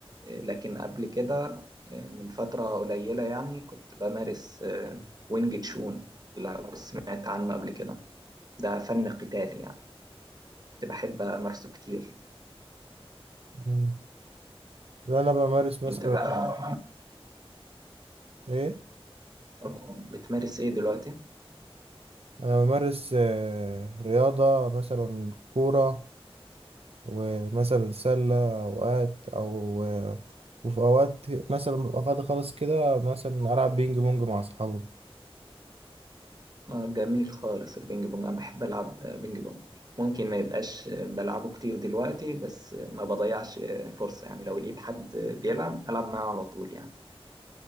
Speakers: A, on the right (about 40°); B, on the right (about 75°).
A: آه، لكن قبل كده آه، من فتره قليله يعني كنت بمارس آه، وينج تشون لو سمعت عنه قبل كده ده فن قتالي يعني كنت بحب امارسه كتير
B: مم. لا، انا بمارس مثلا
A: انت بقى
B: ايه؟
A: أوكي. بتمارس ايه دلوقتي؟
B: انا بمارس آه، رياضة مثلا كورة ومثلا سلة اوقات او آه، وفي اوقات مثلا ببقى فاضي خالص كده مثلا العب بينج بونج مع اصحابي
A: اه جميل خالص البينج بونج انا بحب العب بينج بونج ممكن ما يبقاش بلعبه كتير دلوقتي بس ما بضيعش فرصة يعني لو لقيت حد بيلعب العب معاه على طول يعني